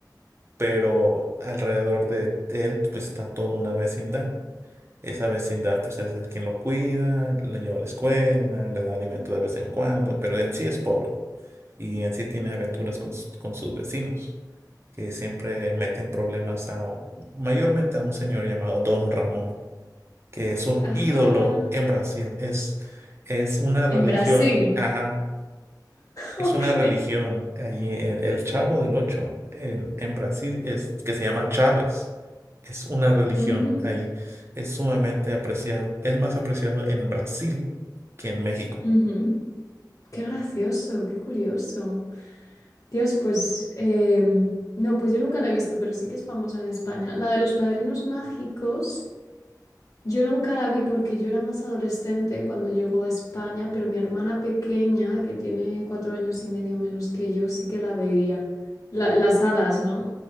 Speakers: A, on the right; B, on the left.
A: pero alrededor de él pues, está toda una vecindad. Esa vecindad pues es el quien lo cuida, le lleva a la escuela, le da alimento de vez en cuando, pero en sí es pobre y en sí tiene aventuras con, sus- con sus vecinos. que siempre meten problemas a, mayormente a un señor llamado Don Ramón, que es un
B: Ah,
A: ídolo en Brasil, es, es una religión,
B: en Brasil.
A: ajá, es
B: <laughs> Ok.
A: una religión allí en el Chavo del Ocho en, en Brasil es que se llama Chávez. Es una religión
B: Ujú,
A: ahí, es sumamente apreciado, es más apreciado en Brasil que en México,
B: ujú. Qué gracioso, qué curioso. Dios, pues... em, no, pues yo nunca la he visto, pero sí que es famosa en España. La de los padrinos mágicos. Yo nunca la vi porque yo era más adolescente cuando llegó a España, pero mi hermana pequeña, que tiene cuatro años y medio menos que yo, sí que la veía. La- las hadas, ¿no?